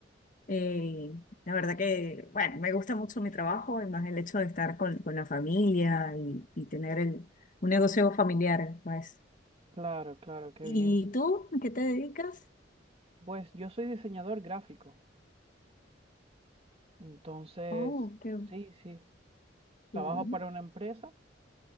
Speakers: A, on the left; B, on the right.
A: Eh, la verdad que, bueno, me gusta mucho mi trabajo y más el hecho de estar con, con la familia y, y tener el, un negocio familiar, pues.
B: Claro, claro, qué
A: ¿Y
B: bien.
A: tú? ¿A qué te dedicas?
B: Pues yo soy diseñador gráfico, entonces,
A: Oh, qué,
B: sí, sí, trabajo
A: bien.
B: para una empresa